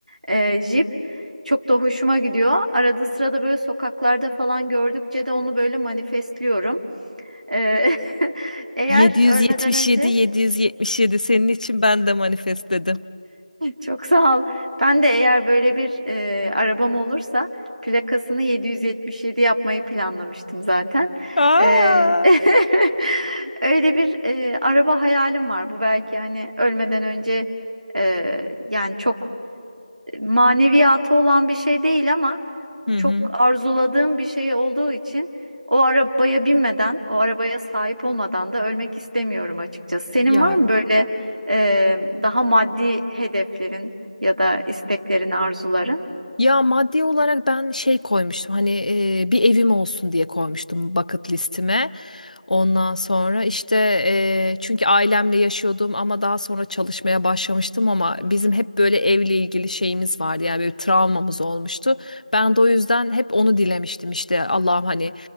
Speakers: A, on the right; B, on the left.
A: e, jip. Çok da hoşuma gidiyor. Arada sırada böyle sokaklarda falan gördükçe de onu böyle manifestliyorum. E, <laughs> eğer
B: 777
A: ölmeden önce
B: 777 senin için ben de manifest dedim.
A: Çok sağ ol. Ben de eğer böyle bir e, arabam olursa plakasını 777 yapmayı planlamıştım zaten.
B: Aa!
A: E, <laughs> öyle bir e, araba hayalim var. Bu belki hani ölmeden önce e, yani çok maneviyatı olan bir şey değil ama
B: Hı
A: çok
B: hı.
A: arzuladığım bir şey olduğu için o arabaya binmeden, o arabaya sahip olmadan da ölmek istemiyorum açıkçası. Senin
B: Ya
A: var mı böyle e, daha maddi hedeflerin ya da isteklerin, arzuların?
B: Ya maddi olarak ben şey koymuştum hani e, bir evim olsun diye koymuştum bucket listime. Ondan sonra işte e, çünkü ailemle yaşıyordum ama daha sonra çalışmaya başlamıştım ama bizim hep böyle evle ilgili şeyimiz vardı yani böyle travmamız olmuştu. Ben de o yüzden hep onu dilemiştim işte Allah'ım hani